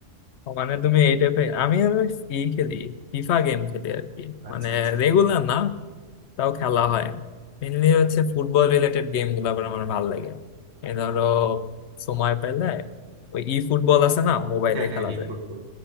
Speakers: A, on the left (about 65°); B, on the right (about 60°).
A: ও, মানে তুমি এই টাইপের আমি আবার ই খেলি ফিফা গেম খেলি আর কি
B: আচ্ছা
A: মানে
B: আচ্ছা
A: রেগুলার না তাও খেলা হয় মেনলি হচ্ছে ফুটবল রিলেটেড গেম গুলো আবার আমার ভালো লাগে এই ধরো সময় পেলে ওই ই ফুটবল আছে না মোবাইলে
B: হ্যাঁ হ্যাঁ
A: খেলা
B: এই
A: যায়
B: ফুটবল